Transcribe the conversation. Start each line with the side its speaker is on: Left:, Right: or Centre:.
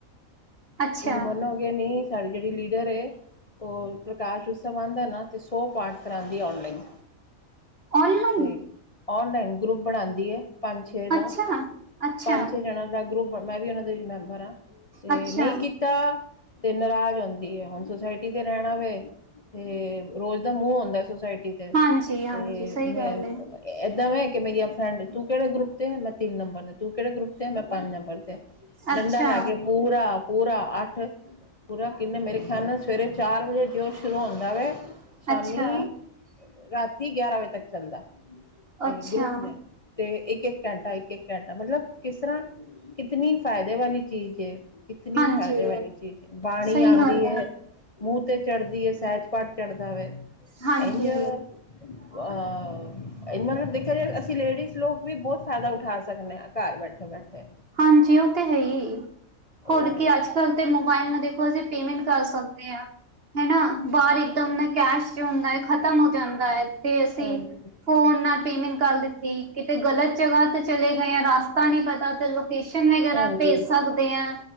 Right: ਅੱਛਾ
Left: ਤੁਸੀਂ ਮੰਨੋਗੇ ਨੀ ਸਾਡੀ ਜਿਹੜੀ ਲੀਡਰ ਏ। ਉਹ ਪ੍ਰਕਾਸ਼ ਉਤਸਵ ਆਦਾ ਨਾ ਤੇ ਸੌ ਪਾਠ ਕਰਾਦੀ ਏ ਔਨਲਾਈਨ।
Right: ਔਨਲਾਈਨ
Left: ਤੇ ਔਨਲਾਈਨ ਗਰੁੱਪ ਬਣਾਦੀ ਏ। ਪੰਜ ਛੇ ਦਾ,
Right: ਅੱਛਾ, ਅੱਛਾ,
Left: ਪੰਜ ਛੇ ਜਣਿਆਂ ਦਾ ਗਰੁੱਪ ਮੈਂ ਵੀ ਉਹਨਾਂ ਦੇ ਵਿਚ ਮੈਂਬਰ ਆ ਤੇ
Right: ਅੱਛਾ
Left: ਨਹੀਂ ਕੀ ਕੀਤਾ ਤੇ ਨਾਰਾਜ਼ ਆਉਂਦੀ ਐ। ਹੁਣ ਸੁਸਾਇਟੀ ਤੇ ਰਹਿਣਾ ਵੇ। ਤੇ ਰੋਜ਼ ਦਾ ਮੂੰਹ ਆਉਂਦਾ ਸੁਸਾਇਟੀ ਤੇ-ਤੇ
Right: ਹਾਂਜੀ, ਹਾਂਜੀ ਸਹੀ
Left: ਮੈਂ
Right: ਗੱਲ ਏ।
Left: ਇਹਦਾ ਮੈ ਕਿ ਮੇਰੀ ਫਰੈਂਡ ਤੂੰ ਕਿਹੜੇ ਗਰੁੱਪ ਤੇ ਮੈਂ ਤਿੰਨ ਨੰਬਰ ਤੇ, ਤੂੰ ਕਿਹੜੇ ਗਰੁੱਪ ਤੇ ਐ ਮੈਂ ਪੰਜ ਨੰਬਰ ਤੇ। ਡੰਡਾ
Right: ਅੱਛਾ,
Left: ਲੈ ਕੇ ਪੂਰਾ ਪੂਰਾ ਅੱਠ, ਪੂਰਾ ਕਿੰਨੇ ਮੇਰੇ ਖਿਆਲ ਨਾਲ ਸਵੇਰੇ ਚਾਰ ਵਜੇ ਜੋ ਸ਼ੁਰੂ ਹੁੰਦਾ ਵੇ। ਸ਼ਾਮੀ,
Right: ਅੱਛਾ,
Left: ਰਾਤੀ ਗਿਆਰਾਂ ਵਜੇ ਤੱਕ ਚੱਲਦਾ। ਇਹ
Right: ਅੱਛਾ
Left: ਗਰੁੱਪ ਨੇ ਤੇ ਇੱਕ-ਇੱਕ ਘੰਟਾ, ਇੱਕ-ਇੱਕ ਘੰਟਾ ਮਤਲਬ ਕਿਸ ਤਰ੍ਹਾਂ, ਕਿਤਨੀ ਫਾਇਦੇ ਵਾਲੀ ਚੀਜ਼ ਏ। ਕਿਤਨੀ
Right: ਹਾਂਜੀ।
Left: ਫ਼ਾਇਦੇ ਵਾਲੀ ਚੀਜ਼ ਏ, ਬਾਣੀ
Right: ਸਹੀ
Left: ਆਦੀ
Right: ਗੱਲ
Left: ਐ।
Right: ਆ,
Left: ਮੂੰਹ ਤੇ ਚੜ੍ਹਦੀ ਐ, ਸਹਿਜ ਪਾਟ ਚੜ੍ਹਦਾ ਵੇ
Right: ਹਾਂਜੀ,
Left: ਇੰਝ। ਅਹ ਇਹਨਾਂ ਨੇ ਦੇਖਿਆ ਜਾ ਅਸੀਂ ਲੇਡੀਜ਼ ਲੋਕ ਵੀ ਬਹੁਤ ਫਾਇਦਾ ਉੱਠਾ ਸਕਦੇ ਆ। ਘਰ ਬੈਠੇ-ਬੈਠੇ।
Right: ਹਾਂਜੀ। ਉਹ ਤੇ ਹੈ ਈ, ਹੋਰ
Left: ਉਹ
Right: ਕੀ ਅੱਜ-ਕੱਲ੍ਹ ਤੇ ਮੋਬਾਇਲ ਨਾ ਦੇਖੋ ਅਸੀ ਪੇਮੈਂਟ ਕਰ ਸਕਦੇ ਆ, ਹਨਾ ਬਾਹਰ ਇੱਕਦਮ ਨਾ ਕੈਸ਼ 'ਚ' ਹੁੰਦਾ ਖ਼ਤਮ ਹੋ ਜਾਂਦਾ ਐ ਤੇ ਅਸੀਂ
Left: ਹਾਂਜੀ
Right: ਫੋਨ ਨਾਲ ਪੇਮੈਂਟ ਕਰ ਦਿੱਤੀ ਕਿਤੇ ਗਲਤ ਜਗ੍ਹਾ ਤੇ ਚਲੇ ਗਏ ਆ ਰਸਤਾ ਨੀ ਪਤਾ ਤੇ ਲੋ ਲੋਕੇਸ਼ਨ ਵਗੈਰਾ
Left: ਹਾਂਜੀ
Right: ਭੇਜ ਸਕਦੇ ਆ।